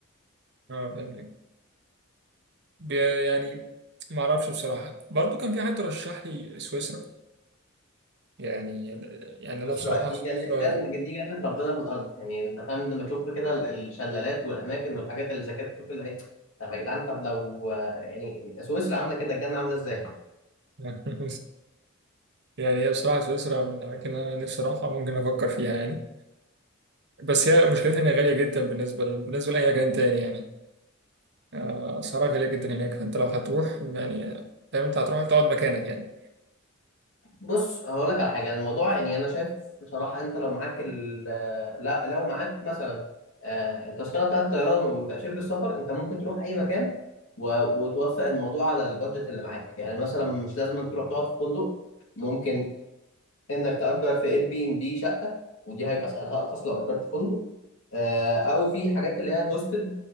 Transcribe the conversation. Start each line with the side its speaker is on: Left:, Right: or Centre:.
Right: اه فهمتك بي- يعني ما اعرفش بصراحه برضو كان في حد رشح لي سويسرا يعني يعني
Left: بص
Right: انا بصراحه
Left: دي
Right: سويسرا
Left: جنة جن دي جنة ربنا في الأرض يعني أنت فاهم لما تشوف كده ال- الشلالات والأماكن والحاجات اللي زي كده تشوف اللي إيه طب يا جدعان طب لو آه، يعني سويسرا عاملة كده الجنة عاملة إزاي؟
Right: <laughs> يعني هي بصراحه سويسرا من الاماكن اللي انا نفسي اروحها ممكن افكر فيها يعني بس هي مشكلتها إنها غالية جدا بالنسبة ل... بالنسبة لأي مكان تاني يعني آه، أسعارها غالية جدا هناك فأنت لو هتروح يعني فاهم أنت هتروح تقعد مكانك يعني
Left: بص هقول لك على حاجه الموضوع يعني انا شايف بصراحه انت لو معاك ال آه، لا لو معاك مثلا آه، التذكره بتاعت الطيران وتاشيره السفر انت ممكن تروح اي مكان و- وتوفق الموضوع على البادجت اللي معاك يعني مثلا مش لازم تروح تقعد في فندق ممكن انك تأجر في اير بي ام بي شقة ودي هيبقى سعرها ارخص لو اجرت فندق آه، او في حاجات اللي هي هوستل